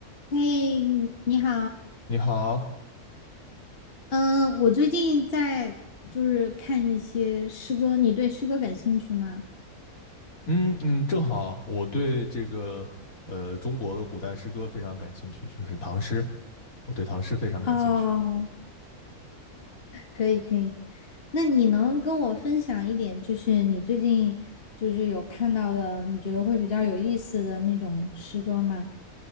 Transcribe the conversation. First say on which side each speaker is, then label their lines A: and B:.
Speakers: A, on the left; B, on the left.
A: 嘿，你你好，
B: 你好，
A: 嗯，我最近在就是看一些诗歌，你对诗歌感兴趣吗？
B: 嗯嗯，正好我对这个呃中国的古代诗歌非常感兴趣，就是唐诗，我对唐诗非常感兴趣。
A: 哦，可以可以，那你能跟我分享一点，就是你最近就是有看到的，你觉得会比较有意思的那种诗歌吗？